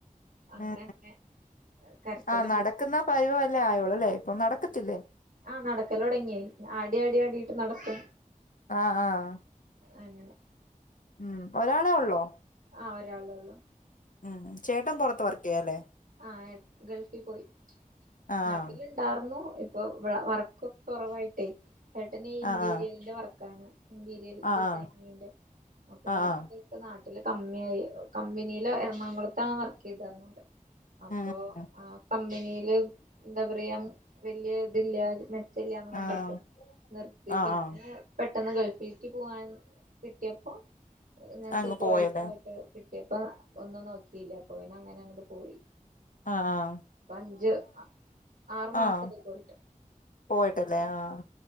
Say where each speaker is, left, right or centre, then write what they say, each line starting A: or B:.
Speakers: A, on the right; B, on the left.
A: അങ്ങനെ
B: ഉം
A: അങ്ങനെ കരച്ചിലും
B: ആഹ് നടക്കുന്ന
A: പിരിച്ചിലും
B: പതിവ് അല്ലേ ആയോള്ളു ഇപ്പൊ നടക്കത്തില്ലേ
A: ആഹ് നടക്കല് തൊടങ്ങി ആടി ആടി ആടിയിട്ട് നടക്കും
B: ആഹ ആഹ
A: അങ്ങനെ
B: ഉം ഒരാളെ ഒള്ളോ
A: ആഹ് ഒരാളെ ഒള്ളൂ
B: ഉം ചേട്ടൻ പുറത്ത് വർക്ക് ചെയ്യല്ലേ
A: ആഹ് ഗൾഫിൽ പോയി
B: ആഹ്
A: നാട്ടില് ഉണ്ടാർന്നു ഇപ്പൊ വർക്ക്ഒക്കെ കുറവായിട്ടേ ഏട്ടനെ ഈ ഇന്റീരിയലി
B: ആഹ്
A: ന്റെ വർക്കാണ് ഇന്റീരിയൽ
B: ആഹ്
A: ഡിസൈനിങ്ങിന്റെ അപ്പൊ
B: ആഹ്
A: വർക്ക്
B: ആഹ്
A: ഇപ്പോ നാട്ടിൽ കമ്മിയായി കമ്പനിയിൽ എറണാകുളത്താണ് വർക്ക് ചെയ്താർന്നത് അപ്പോ
B: ഉം
A: ആ കമ്പനിയില് എന്താ പറയാ വല്യ ഇതില്ല മെച്ചം ഇല്ലാന്ന് കണ്ടപ്പോ
B: ആഹ്
A: നിർത്തി
B: ആഹ്
A: പിന്നെ
B: ആഹ്
A: പെട്ടെന്ന് ഗൾഫിലേക്ക് പോവാൻ കിട്ടിയപ്പോൾ ഇങ്ങനെ
B: അങ്ങ്
A: സൂപ്പർവൈസർ
B: പോയല്ലേ
A: ആയിട്ട് കിട്ടിയപ്പോ ഒന്നും നോക്കിയില്ല അപ്പൊ പിന്ന അങ്ങനെ അങ്ങോട്ട് പോയി
B: ആഹ് ആഹ്
A: ഇപ്പൊ അഞ്ച് ആറു മാസായി
B: ആഹ്
A: പോയിട്ട്
B: പോയിട്ടല്ലേ ആഹ്